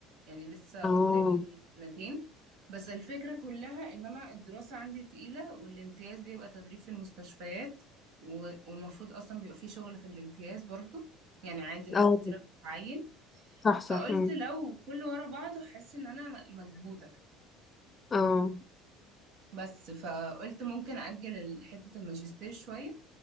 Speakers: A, on the right; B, on the left.
A: يعني لسه
B: اه
A: قدامي سنتين بس الفكره كلها ان انا الدراسه عندي تقيله والامتياز بيبقى تدريب في المستشفيات و- والمفروض اصلا بيبقى في شغل في الامتياز برضو يعني عادي ناس
B: اه
A: كتيره بتتعين
B: صح
A: فقلت
B: صح مم.
A: لو كله ورا بعضه حاسه ان انا م- مكبوته
B: اه
A: بس فقلت ممكن اجل ال- حته الماجستير شويه